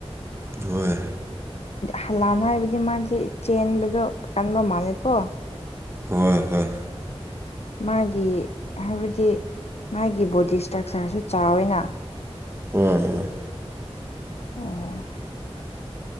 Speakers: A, on the right; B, on the left.
A: ꯍꯣꯏ
B: ꯍꯂꯥꯟ ꯍꯥꯏꯕꯗꯤ ꯃꯥꯁ ꯆꯦꯟꯕꯗꯣ ꯀꯟꯕ ꯃꯥꯜꯂꯦꯀꯣ
A: ꯍꯣꯏ ꯍꯣꯏ
B: ꯃꯥꯒꯤ ꯍꯥꯏꯕꯗꯤ ꯃꯥꯒꯤ ꯕꯣꯗꯤ ꯏꯁꯇ꯭ꯔꯛꯆꯔꯁꯨ ꯆꯥꯎ ꯑꯣꯏꯅ
A: ꯎꯝ
B: ꯑꯣ